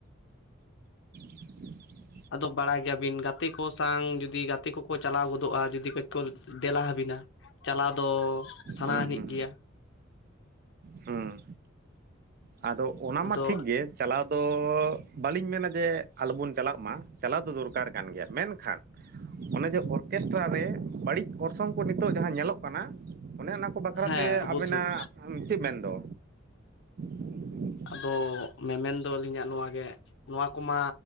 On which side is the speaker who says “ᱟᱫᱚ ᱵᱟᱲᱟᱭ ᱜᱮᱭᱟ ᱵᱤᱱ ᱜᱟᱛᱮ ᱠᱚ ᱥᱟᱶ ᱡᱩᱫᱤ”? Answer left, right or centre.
Left